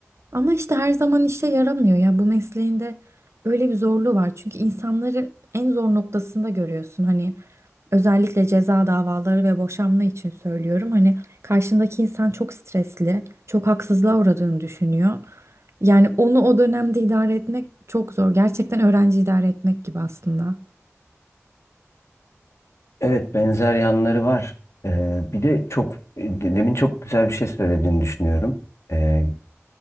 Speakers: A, on the right (about 60°); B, on the left (about 65°).
A: Ama işte her zaman işe yaramıyor ya. Bu mesleğin de öyle bir zorluğu var. Çünkü insanları en zor noktasında görüyorsun. Hani özellikle ceza davaları ve boşanma için söylüyorum. Hani karşındaki insan çok stresli, çok haksızlığa uğradığını düşünüyor. Yani onu o dönemde idare etmek çok zor. Gerçekten öğrenci idare etmek gibi aslında.
B: Evet, benzer yanları var. Eee, bir de çok e, de- demin çok güzel bir şey söylediğini düşünüyorum. Eee,